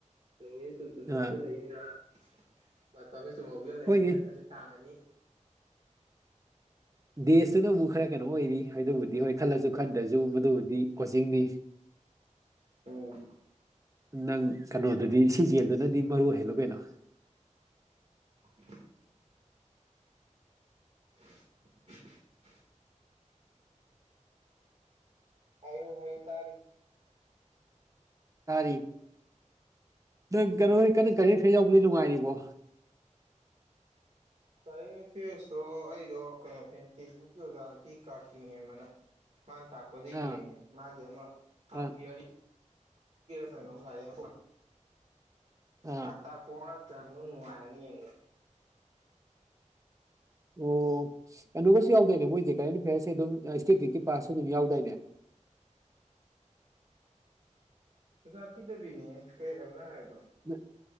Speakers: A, on the right; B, on the right.
A: ꯅꯨꯃꯤꯠ ꯁꯨꯝ ꯁꯨꯝ ꯆꯪꯖꯤꯜꯂꯛꯏꯃꯤꯅ
B: ꯑ
A: ꯃꯇꯝꯁꯤ ꯁꯨꯝ ꯍꯧꯖꯜꯂꯛꯏꯃꯤꯅ
B: ꯍꯣꯏꯅꯦ
A: ꯉꯁꯤ ꯇꯥꯡ ꯑꯅꯤ
B: ꯗꯦꯁꯇꯨꯅꯕꯨ ꯈꯔ ꯀꯩꯅꯣ ꯑꯣꯏꯔꯤ ꯍꯥꯏꯕꯕꯨꯗꯤ ꯗꯤ ꯍꯣꯏ ꯈꯜꯂꯁꯨ ꯈꯟꯗ꯭ꯔꯁꯨ ꯃꯗꯨꯕꯨꯗꯤ ꯀꯣꯆꯤꯡꯅꯤ
A: ꯎꯝ
B: ꯅꯪ ꯀꯩꯅꯣꯗꯨꯗꯤ ꯁꯤꯖꯤꯑꯦꯜꯗꯨꯅꯗꯤ ꯃꯔꯨ ꯑꯣꯏ ꯍꯜꯂꯣ ꯀꯩꯅꯣ
A: <unintelligible> <unintelligible> ꯍꯥꯏꯌꯨ ꯍꯥꯏꯌꯨ ꯇꯥꯔꯤ
B: ꯇꯥꯔꯤ ꯅꯪ ꯀꯩꯅꯣ ꯀꯟꯅ ꯀꯥꯔꯦꯟ ꯑꯦꯐꯤꯌꯥꯔ ꯌꯥꯎꯕꯗꯣ ꯅꯨꯡꯉꯥꯏꯔꯤꯕꯣ
A: ꯀꯥꯔꯦꯟ ꯑꯦꯐꯤꯌ꯭ꯔꯁꯇꯣ ꯑꯩꯗꯣ ꯀꯩꯅꯣꯗꯩꯅꯦ ꯇꯦꯛꯁꯕꯨꯛꯀꯤ ꯑꯣꯖꯥ ꯅꯨꯄꯤ ꯀꯥꯔꯇꯤ ꯃꯦꯝ ꯑꯥꯅ ꯃꯥꯅ ꯇꯥꯛꯄꯗ
B: ꯑꯥ
A: ꯌꯦꯡꯉꯦ ꯃꯥꯒꯤ ꯑꯃ ꯍꯥꯞ
B: ꯑꯥ
A: ꯏꯌꯥꯔꯤ ꯀꯔꯣꯅꯣ ꯂꯔꯤꯣ
B: ꯑꯥ
A: ꯇ ꯀ ꯅꯨꯡꯉꯅꯤ ꯌꯦ
B: ꯑꯣ ꯑꯅ ꯀ ꯁꯤꯥꯎꯗꯅꯦ ꯃꯣꯏꯦ ꯀꯔꯦꯟ ꯐꯤꯌꯥꯔꯁꯦ ꯑꯗꯨꯝ ꯏꯁꯇꯦꯇꯤꯛꯀꯤ ꯄꯥꯁꯁꯨ ꯑꯗꯨꯝ ꯌꯥꯎꯗꯥꯏꯅꯦ
A: ꯄꯩꯁꯥ ꯊꯤꯗꯕꯤꯅꯤ ꯀꯔꯤ ꯍꯥꯏꯕꯅꯣ ꯍꯥꯏꯕꯗꯣ
B: ꯑ